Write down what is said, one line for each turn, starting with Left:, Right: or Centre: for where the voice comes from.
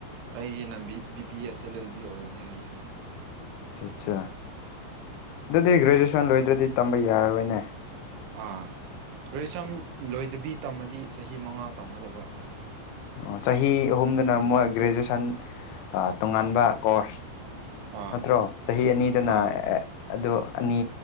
Right: ꯑꯩꯒꯤꯅ B B P S L L B ꯑꯣꯏꯒꯅꯤ ꯑꯩꯒꯤꯁꯤꯅ
Left: ꯑ ꯑꯠꯆꯥ ꯑꯗꯨꯗꯤ ꯒ꯭ꯔꯦꯖꯨꯋꯦꯁꯟ ꯂꯣꯏꯗ꯭ꯔꯗꯤ ꯇꯝꯕ ꯌꯥꯔꯔꯣꯏꯅꯦ
Right: ꯑꯥ ꯒ꯭ꯔꯦꯖꯨꯋꯦꯁꯟ ꯂꯣꯏꯗꯕꯤ ꯇꯝꯃꯗꯤ ꯆꯍꯤ ꯃꯉꯥ ꯇꯝꯒꯗꯕ
Left: ꯑ ꯆꯍꯤ ꯑꯍꯨꯝꯗꯅ ꯃꯣꯏ ꯒ꯭ꯔꯦꯖꯨꯌꯦꯁꯟ ꯑ ꯇꯣꯉꯥꯟꯕ ꯀꯣꯔꯁ
Right: ꯑꯥ
Left: ꯅꯠꯇ꯭ꯔꯣ ꯆꯍꯤ ꯑꯅꯤꯗꯅ
Right: ꯑꯥ
Left: ꯑꯦ ꯑꯗꯣ ꯑꯅꯤ